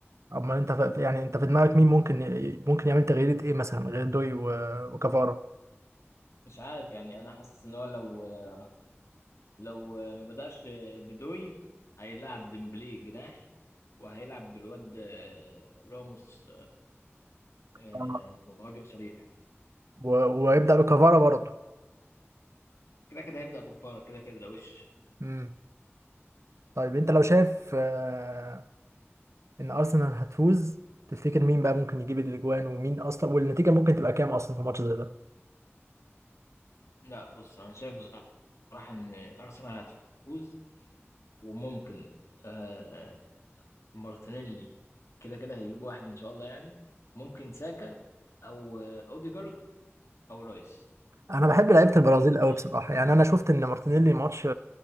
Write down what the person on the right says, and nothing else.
اما انت ف... يعني انت في دماغك مين ممكن ي- ممكن يعمل تغييرات ايه مثلا غير دوي و... وكفارة
آه.
و... ويبدا بكفارة برضه
امم طيب انت لو شايف آه، ان ارسنال هتفوز تفتكر مين بقى ممكن يجيب الاجوان ومين اصلا والنتيجه ممكن تبقى كام اصلا في ماتش زي ده
انا بحب لعيبه البرازيل
قوي بصراحه يعني انا شفت ان مارتينيلي الماتش